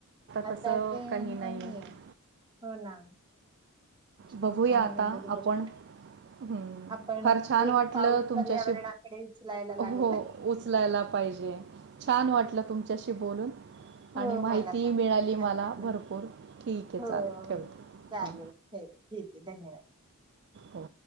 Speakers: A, on the right; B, on the right.
A: तसं
B: आता ते
A: काही
B: नाहीये
A: नाही आहे
B: हो ना
A: बघूया
B: असं आहे
A: आता
B: बरोबर
A: आपण हम्
B: आपण
A: फार छान
B: एक
A: वाटलं
B: पाऊल
A: तुमच्याशी
B: पर्यावरणाकडे उचलायला लागेल.
A: हो उचलायला पाहिजे. छान वाटलं तुमच्याशी बोलून
B: हो
A: आणि माहिती
B: मला पण
A: मिळाली
B: खूप छान
A: मला
B: वाटलं
A: भरपूर ठीक आहे
B: हो
A: चालू ठेवते
B: चालेल
A: ह
B: ठीक आहे धन्यवाद
A: हो.